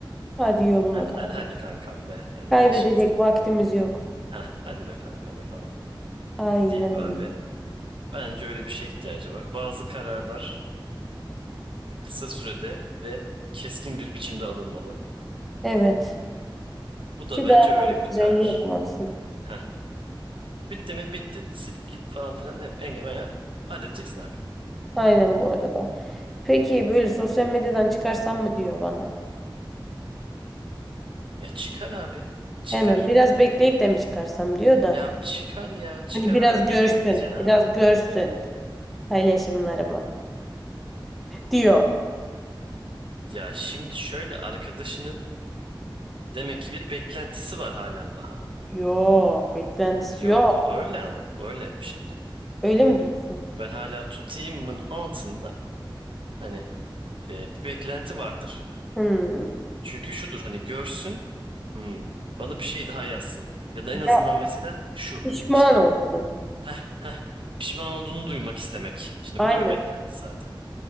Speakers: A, in the centre; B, on the right.
A: Hadi yoluna
B: Hadi
A: kardeş.
B: hadi hadi kankam be. Hani
A: Kaybedecek
B: bak işimiz.
A: vaktimiz yok.
B: Heh, hadi be kanka be falan.
A: Aynen
B: Deyip abi
A: öyle.
B: Bence öyle bir şeye ihtiyacı var. Bazı kararlar kısa sürede ve keskin bir biçimde alınmalı.
A: Evet.
B: Bu
A: Ki
B: da bence
A: daha
B: öyle
A: fazla
B: bir
A: can
B: karar.
A: yakmasın.
B: Heh. Bitti mi? Bitti. Sil git falan filan. Hep engemeye halledeceksin abi.
A: Aynen bu arada. Peki böyle sosyal medyadan çıkarsam mı diyor bana.
B: Ya çıkar abi. Çıkar.
A: Hemen biraz bekleyip de mi çıkarsam diyor da
B: Ya çıkar ya. Çıkar
A: hani biraz
B: abi.
A: görsün,
B: Neyi bekleyeceksin abi?
A: biraz görsün paylaşımlarımı diyor.
B: Ya şimdi şöyle arkadaşının demek ki bir beklentisi var halen daha.
A: Yok, beklentisi
B: Yo
A: yok.
B: bu öyle ama bu öyle şimdi.
A: Öyle
B: Hani
A: mi diyorsun?
B: ben hala tutayımın altında hani e, bir beklenti vardır.
A: Hmm.
B: Çünkü şudur hani görsün "Hmm, bana bir şey daha yazsın. Ya da
A: Ya
B: en azından mesela şu
A: pişman
B: işte
A: olsun.
B: heh, heh, pişman olduğunu duymak istemek. Şimdi
A: Aynen.
B: bu da bir beklenti zaten.